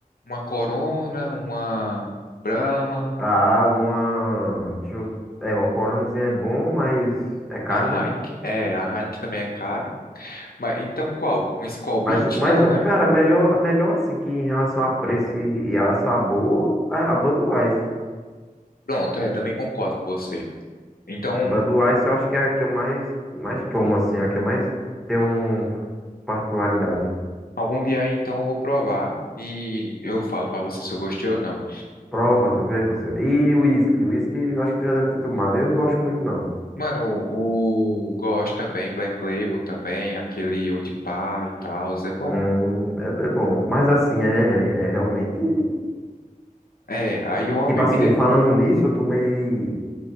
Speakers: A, on the left (about 85°); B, in the centre.
A: uma Corona, uma Brahma,
B: Ah, uma. Deixa eu, é, uma coronazinha é bom, mas é caro,
A: a Heineken.
B: né?
A: É, a Heineken também é cara. Mas então qual? Um Skol Beats?
B: Mas, mas,
A: Não, né?
B: cara, a melhor, a melhor assim que em relação a preço e e a sabor, a, a Budweiser.
A: Pronto, é, também concordo com você. Então,
B: A Budweiser eu acho que é a que eu mais, mais tomo, assim, a que eu mais tenho um- particularidade.
A: algum dia aí, então eu vou provar e eu falo pra você se eu gostei ou não.
B: Prova pra tu ver, parceiro. E o uísque, o uísque eu acho que tu já deve ter tomado. Eu não gosto muito, não.
A: Mano, o o gosto também, Black Label também, aquele Old Pie e tal, é bom.
B: Hum, é, é bom. Mas assim, é, é é realmente.
A: É, aí uma
B: Tipo
A: bebida.
B: assim, falando nisso, eu tomei.